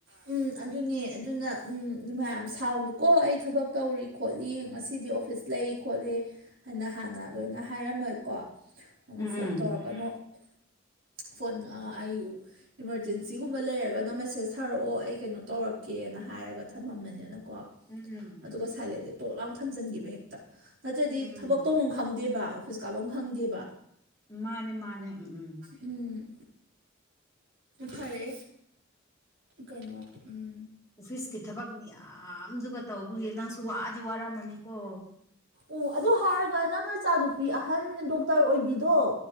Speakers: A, on the right; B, on the left.
A: ꯎꯝ ꯑꯗꯨꯅꯦ ꯑꯗꯨꯅ ꯎꯝ ꯃꯌꯥꯝ ꯁꯥꯎꯅꯨꯀꯣ ꯑꯩ ꯊꯕꯛ ꯇꯧꯔꯤ ꯈꯣꯠꯂꯤ ꯉꯁꯤꯗꯤ ꯑꯣꯐꯤꯁ ꯂꯩ ꯈꯣꯠꯂꯤ ꯍꯥꯏꯅ ꯍꯥꯟꯅ ꯂꯣꯏꯅ ꯍꯥꯏꯔꯝꯃꯣꯏꯀꯣ ꯑꯗꯣ
B: ꯎꯝ
A: ꯐꯣꯟ
B: ꯎꯝ
A: ꯇꯧꯔꯛꯀꯅꯨ ꯐꯣꯟ ꯑꯩ ꯏꯃꯥꯔꯖꯦꯟꯁꯤꯒꯨꯝꯕ ꯂꯩꯔꯒꯅ ꯃꯦꯁꯦꯁ ꯊꯥꯔꯛꯑꯣ ꯑꯩ ꯀꯩꯅꯣ ꯇꯧꯔꯛꯀꯦꯅ ꯍꯥꯏꯔꯒ ꯊꯝꯃꯝꯕꯅꯤꯅꯀꯣ
B: ꯎꯝ ꯎꯝ
A: ꯑꯗꯨꯒ ꯁꯥꯏꯂꯦꯟꯁꯦ ꯇꯣꯛ ꯂꯥꯎ ꯊꯝꯖꯤꯟꯈꯤꯕ ꯍꯦꯛꯇ ꯅꯠꯇ꯭ꯔꯗꯤ
B: ꯎꯝ ꯎꯝ
A: ꯊꯕꯛ ꯇꯧꯐꯝ ꯈꯪꯗꯦꯕ ꯑꯣꯐꯤꯁ ꯀꯥꯞꯐꯝ ꯈꯪꯗꯦꯕ
B: ꯃꯥꯅꯦ ꯃꯥꯅꯦ ꯎꯝ ꯎꯝ
A: ꯎꯝ ꯐꯔꯦ ꯀꯩꯅꯣ ꯎꯝ
B: ꯑꯣꯐꯤꯁꯀꯤ ꯊꯕꯛ ꯃꯌꯥꯝꯗꯨꯒ ꯇꯧꯕꯒꯤ ꯅꯪꯁꯨ ꯋꯥꯗꯤ ꯋꯥꯔꯝꯃꯅꯤꯀꯣ
A: ꯑꯣ ꯑꯗꯨ ꯍꯥꯏꯔꯒ ꯅꯪ ꯑꯆꯥꯅꯨꯄꯤ ꯑꯍꯟ ꯗꯣꯛꯇꯔ ꯑꯣꯏꯕꯤꯗꯣ